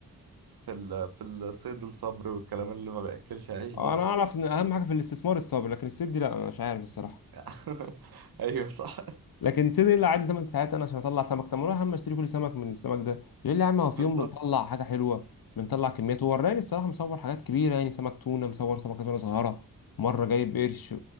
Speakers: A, on the right; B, on the left.
A: في ال في الصيد الصبر والكلام اللي ما بياكلش عيش ده
B: انا اعرف ان اهم حاجه في الاستثمار الصبر لكن الصيد دي لا انا مش عارف الصراحه
A: <laughs> ايوه صح
B: لكن سيدي اللي قعدني 8 ساعات انا عشان اطلع سمك طب ما أنا يا عم اشتري كل سمك من السمك ده يقول لي يا عم هو
A: بالظبط
B: في يوم بنطلع حاجه حلوه بنطلع كميات وراني الصراحه مصور حاجات كبيره يعني سمك تونه مصور سمكه تونه صغيره مره جايب قرش